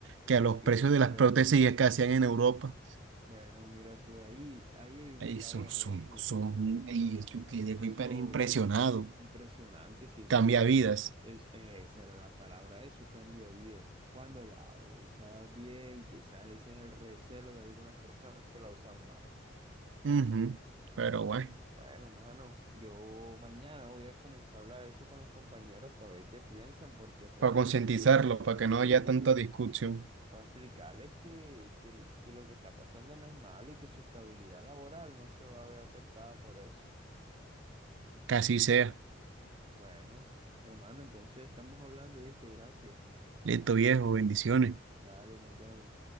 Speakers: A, on the right; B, on the right.
A: que a
B: El
A: los
B: que
A: precios
B: se esperaba.
A: de las prótesis que hacían en Europa.
B: Bueno, mira tú, ahí, ahí hay un
A: Ahí
B: claro
A: son,
B: ejemplo.
A: son, son, y yo quedé
B: Eso
A: muy per- impresionado.
B: impresionante, si eso
A: Cambia
B: es,
A: vidas.
B: es- esa era la palabra, eso cambia vida. Cuando la usas bien, quizás ese es el recelo de algunas personas que la usan mal.
A: Ujú. Pero bueno,
B: Bueno, mano, yo mañana voy a comenzar a hablar de eso con los compañeros para ver qué piensan, porque Ah, realmente,
A: para concientizarlo, para que
B: sí,
A: no haya tanta discusión.
B: para explicarles que, que, que lo que está pasando no es malo y que su estabilidad laboral no se va a ver afectada por eso.
A: Casi sea.
B: Bueno, hermano, entonces estamos hablando, ¿viste? Gracias.
A: Listo, viejo, bendiciones.
B: Dale, nos vemos.